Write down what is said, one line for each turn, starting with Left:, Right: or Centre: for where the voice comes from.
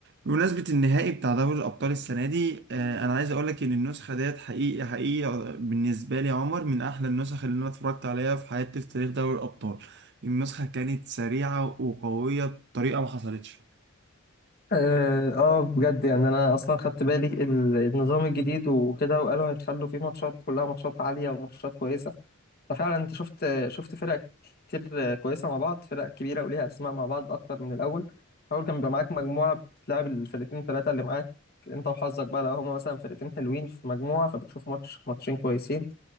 Right: بمناسبة النهائي بتاع دوري الأبطال السنة دي آه، أنا عايز أقولك إن النسخة ديت حقيقي حقيقي بالنسبة لي يا عمر من أحلى النسخ اللي أنا اتفرجت عليها في حياتي في تاريخ دوري الأبطال النسخة كانت سريعة وقوية بطريقة ما حصلتش
Left: اه آه، بجد يعني انا اصلا خدت بالي ال- النظام الجديد وكده وقالوا هيخلوا فيه ماتشات كلها ماتشات عاليه وماتشات كويسه ففعلا انت شفت شفت فرق كتير آه، كويسه مع بعض فرق كبيره وليها اسماء مع بعض اكتر من الاول الاول كان بيبقى معاك مجموعه بتلعب الفرقتين ثلاثه اللي معاك انت وحظك بقى لو هما مثلا فرقتين حلوين في مجموعه فبتشوف ماتش ماتشين كويسين